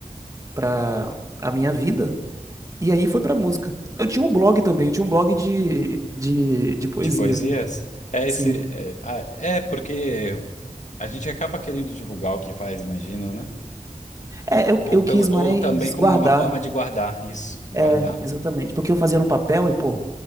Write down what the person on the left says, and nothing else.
De poesias? É esse.
É, ah, é porque a gente acaba querendo divulgar o que faz, imagino, né?
Ou,
pelo,
ou
também como
uma forma de guardar isso, guardar.